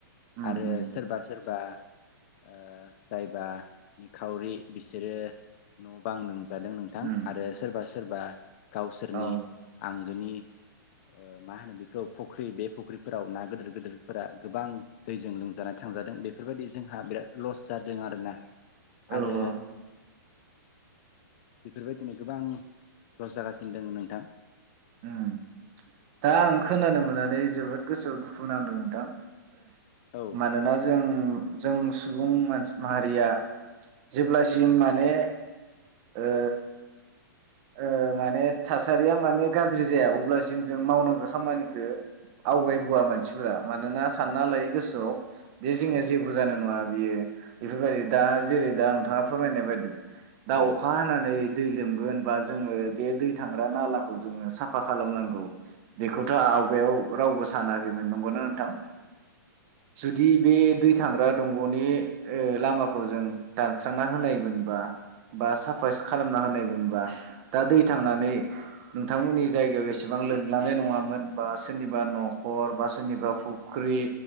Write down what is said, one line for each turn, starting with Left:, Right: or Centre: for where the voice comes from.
Right: उम
Left: आरो
Right: उम
Left: सोरबास सोरबा ओ जायबा निखावरि बिसोरो न' बां लों जादों नोंथां
Right: उम
Left: आरो सोरबा सो सोरबा गाव सोरनि
Right: औ
Left: आंगोनि ओ मा होनो बेखौ फुख्रि बे फुख्रिफोराव ना गिदिर गिदिरफोरा गोबां दैजों लोमजानाय थांजादों बेफोरबायदि जोंहा बिराद लस जादों आरोना
Right: औ
Left: आरो
Right: औ
Left: बेफोरबायदिनो गोबां लस जागासि नोदों नोंथां
Right: उम दा आं खोनानो मोननानै जोबोद गोसोआव दुखु नांदों नोंथां
Left: औ
Right: मानोना जों जों सुबुं मानस माहारिया जेब्लासिम माने ओ ओ माने थासारिया माने गाज्रि जाया अब्लासिम जों मावनांगौ खामानिखौ आवगायबोआ
Left: औ
Right: मानसिफोरा मानोना सानना
Left: औ
Right: लायो गोसोआव बे जोंनिया
Left: औ
Right: जेबो जानाय नङा बेयो बेफोरबायदि
Left: औ
Right: दा जेरै दा नोंथाङा फोरमायनाय बायदि दा
Left: औ
Right: अखा हानानै दै लोमगोन बा जोङो बे दै थांग्रा नालाखौ जोङो साफा खालामनांगौ बेखौथ'
Left: औ
Right: आवगायाव रावबो सानाखैमोन नंगौना नोंथां जुदि बे दै थांग्रा दंग'नि लामाखौ जों दानस्रांना होनायमोनबा बा साफा खालामना होनायमोनबा दा दै थांनानै नोंथांमोननि जायगायाव एसेबां लोमलनाय नङामोन बा सोरनिबा न'खर बा सोरनिबा फुख्रि